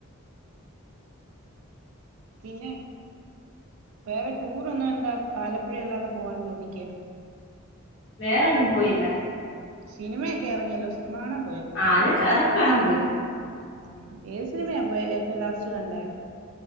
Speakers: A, on the right (about 75°); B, on the left (about 60°).
A: പിന്നെ വേറെ ടൂറൊന്നും എന്താ ആലപ്പുഴ അല്ലാതെ പോവാഞ്ഞെ ആവുദിക്ക്
B: വേറെങ്ങും പോയില്ല
A: സിനിമയൊക്കെ എറങ്ങിയല്ലോ സിനിമ കാണം
B: ആഹ് അതിനൊക്കെ അതൊക്കെ കാണാൻ പോയി
A: ആഹ് ഏത് സിനിമയാ പോയെ ഏറ്റോം ലാസ്റ്റ് കണ്ടേ